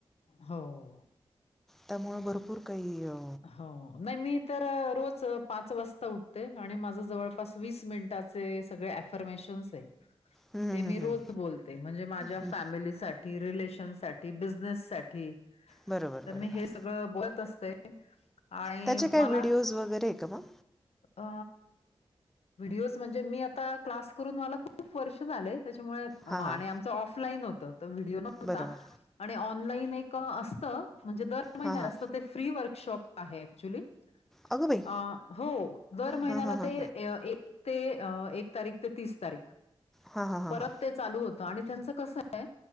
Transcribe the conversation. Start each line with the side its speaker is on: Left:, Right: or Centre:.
Left: हो.
Centre: त्यामुंळ भरपूर काही अ.
Left: हो. नाही मी तर रोच पाच वाजता उठते आणि माझं जवळपास वीस मिनिटाचे सगळे ऍफर्मेशन्स हे.
Centre: हं, हं,
Left: ते मी रोज
Centre: हं,
Left: बोलते म्हणजे माझ्या
Centre: हं.
Left: फॅमिलीसाठ ती रिलेशन साठी बिझनेस साठी
Centre: बरोबर
Left: त
Centre: बरोबर
Left: मी हे सगळं बोलत असते. आणि
Centre: त्याचे काही
Left: माला
Centre: व्हिडिओज वगैरे आहे का मग
Left: अ व्हिडिओज म्हणजे मी आता क्लास करून मला खूप वर्ष झालय त्याच्यामुळे म
Centre: हां हां
Left: आणि आमचं ऑफलाईन होत तर व्हिडिओ नव्हता.
Centre: बरोबर
Left: आणि ऑनलाईन एक असतं म्हणजे दर महिन्यात
Centre: हां हां
Left: असतं ते फ्री वर्कशॉप आहे ऍक्च्युली.
Centre: अगं बाई
Left: अ हो दर महिन्याला
Centre: हां हां हां
Left: ते ए एक ते एक तारीख ते तीस तारीख
Centre: हां हां हां
Left: परत
Centre: हां
Left: ते चालू होतं आणि त्यांच कसं हे